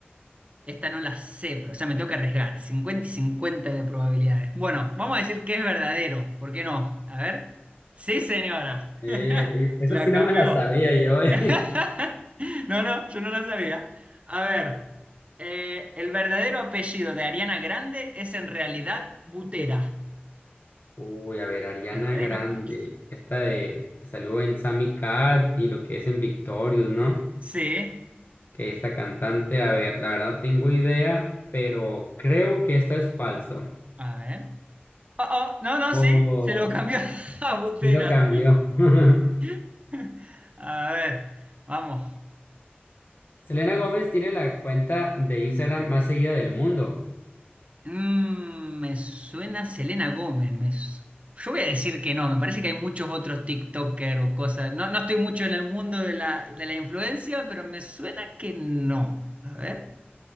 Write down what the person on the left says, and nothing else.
Eh, esa
sí no
me la sabía yo. eh.
Uy, a ver, Ariana
Grande,
esta de que salió en Sammy Cat y lo que es en Victorious, ¿no?
Que esta cantante, a ver, la verdad no tengo idea, pero creo que esta es falso.
Oh,
y lo cambió. <laughs>
Selena Gómez tiene la cuenta de Instagram más seguida del mundo.